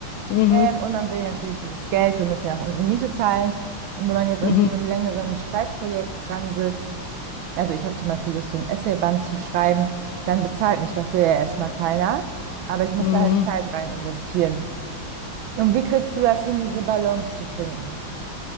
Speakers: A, on the left (about 75°); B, on the right (about 75°).
A: mhm,
B: Ähm, und man will natürlich dieses Geld, wir müssen ja auch unsere Miete zahlen. Und wenn man jetzt
A: mhm,
B: an so einem längeren Schreibprojekt dran sitzt, also ich habe zum Beispiel Lust, so ein Essayband zu schreiben, dann bezahlt mich dafür ja erstmal keiner. Aber ich muss
A: mhm.
B: da halt Zeit rein investieren. Und wie kriegst du das hin, diese Balance zu finden?